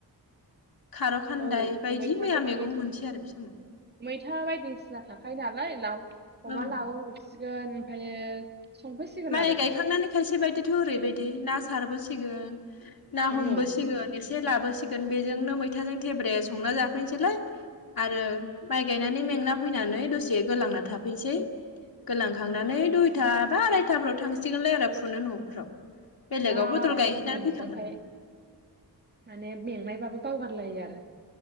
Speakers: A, on the left; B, on the right.
A: खार' खान्दाय
B: औ
A: बायदि
B: मैथाफोर
A: मैया मैगं
B: मैथा
A: मोनसै आरो बे समाव।
B: मैथा बायदिसिना थाखायो नालाय अमा
A: औ
B: लाबोब्रबसिगोन ओमफ्रायो संफैसिगोन
A: माइ
B: आरो
A: गायखांनानै खायसे बायदिथ' ओरैबायदि ना सारबोसिगोन। ना
B: औ
A: हमबोसिगोन
B: ओं,
A: एसे लाबोसिगोन बेजोंनो मैथाजों थेब्रे संना जाफैनोसैलाय। आरो माइ गायनानै मेंना फैनानै दसे गोलांना थाफैसै गोलां खांनानै दुइथा बा आरायथाफ्राव थांसिगोनलाय आरो फुनो न'फ्राव। बेलेगाव
B: ना
A: बदल
B: बायदिसिना
A: गायहैना
B: नुबाथाय
A: फैखांनानै
B: माने मेंनायबाबो बावगारलायो आरो